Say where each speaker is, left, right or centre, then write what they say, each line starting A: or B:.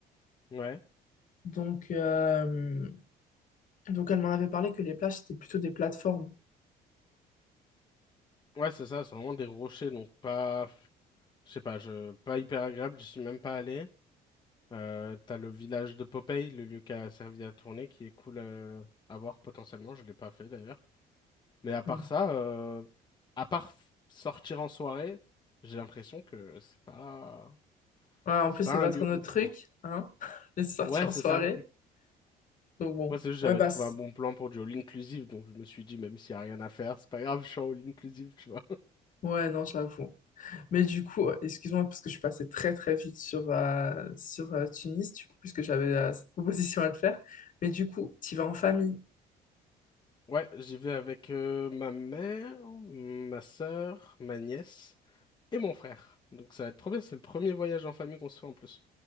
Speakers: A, on the left; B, on the left.
A: Ouais.
B: Donc, euh, Donc elle m'en avait parlé que les plages, c'était plutôt des plateformes.
A: Ouais, c'est ça, c'est vraiment des rochers, donc pas... Je sais pas, je... pas hyper agréable, je suis même pas allé. Euh, t'as le village de Popeye, le lieu qui a servi à tourner, qui est cool euh, à voir potentiellement, je l'ai pas fait d'ailleurs. Mais à part
B: Mm.
A: ça, euh, à part f- sortir en soirée, j'ai l'impression que c'est pas...
B: Ouais, en
A: C'est
B: plus,
A: pas
B: c'est
A: un
B: pas
A: lieu
B: trop notre
A: ouf,
B: truc,
A: quoi.
B: hein, <laughs> les sorties
A: Ouais,
B: en
A: c'est
B: soirée.
A: ça.
B: Donc bon,
A: Moi, c'est juste
B: ouais,
A: j'avais
B: basse.
A: trouvé un bon plan pour du all inclusive, donc je me suis dit, même s'il n'y a rien à faire, c'est pas grave, je suis en all inclusive, tu vois. <laughs>
B: Ouais, non, j'avoue. Mais du coup, euh, excuse-moi, parce que je suis passée très très vite sur, euh, sur euh, Tunis, du coup, puisque j'avais euh, cette proposition à te faire. Mais du coup, tu vas en famille.
A: Ouais, j'y vais avec euh, ma mère, ma sœur, ma nièce et mon frère. Donc ça va être trop bien, c'est le premier voyage en famille qu'on se fait en plus.